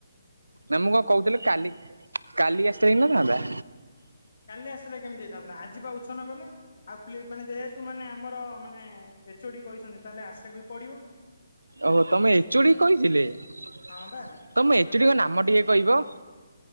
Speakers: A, on the right; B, on the left.
A: ନା ମୁଁ କଣ କହୁଥିଲି କାଲି କାଲି ଆସିଥିଲେ ହେଇ ନଥାନ୍ତା?
B: କାଲି ଆସିଲେ କେମିତି ହେଇଥାନ୍ତା ଆଜିିବା ଉଛ ନ କଲେ। ଆଉ ପ୍ଲେ ମାନେ ଯେହେତୁ ମାନେ ଆମର ମାନେ ଏଚଓଡି କହିଛନ୍ତି ତାହେଲେ ଆସେକୁ ବି ପଡିବ।
A: ଓହୋ ତମ ଏଚଓଡି କହିଥିଲେ। ତମ
B: ହଁ ବା କହିଲେ
A: ଏଚଡିଙ୍କ ନାମ ଟିକେ କହିବ?